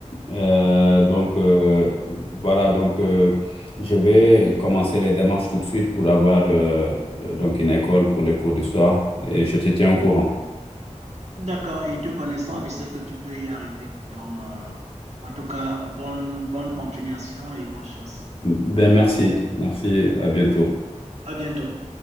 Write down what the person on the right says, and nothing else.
D'accord, et te connaissant, je sais que tu peux y arriver. Donc, euh, en tout cas, bonne, bonne continuation et bonne chance.
À bientôt.